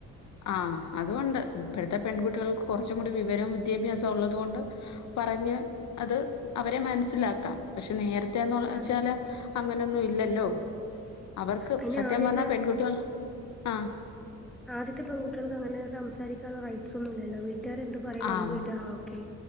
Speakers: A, on the left; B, in the centre.
A: ആഹ് അതുണ്ട്. ഇപ്പോഴത്തെ പെൺകുട്ടികൾക്ക് കുറച്ചും കൂടി വിവരവും വിദ്യാഭ്യാസവു ള്ളതുകൊണ്ട് പറഞ്ഞ് അത് അവരെ മനസിലാക്കാം പക്ഷെ നേരത്തെന്ന് വെച്ചാല്
B: അതെ അതെ
A: അങ്ങനൊന്നും ഇല്ലല്ലോ അവർക്ക്
B: അയിന്
A: സത്യം
B: ആദ്യത്തെ
A: പറഞ്ഞാ പെൺകുട്ടികൾ ആ
B: ആദ്യത്തെ പെൺകുട്ടികൾക്ക് അങ്ങനെ സംസാരിക്കാനുള്ള റൈറ്റ്സ് ഒന്നും ഇല്ലല്ലോ. വീട്ടുകര് എന്ത് പറയ്ണോ
A: ആഹ്
B: അത് കേട്ടാ ആ ഓക്കേ